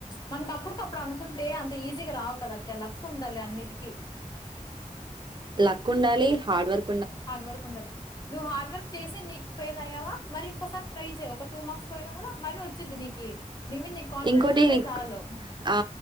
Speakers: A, on the left; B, on the right.
A: మనక అప్పుటికప్పుడు అనుకుంటే అంత ఈజీగా రావు కదాక్క లక్ ఉండాలి అన్నిటికిీ
B: లక్ ఉండాలి హార్డ్ వర్
A: హార్డ్ వర్క్ ఉండది నువ్ హార్డ్ వర్ చేసి నీకు ఫెయిల్ అయ్యావ మరి ఇంకోసారి ట్రై చే ఒక టూ మార్క్స్ పోయినా కూడ మరీ ఒచూది నీకి నీ మీద నీకు కాన్ఫిడెంట్
B: ఇంకోటి
A: ఉంటే చాలు
B: ఆ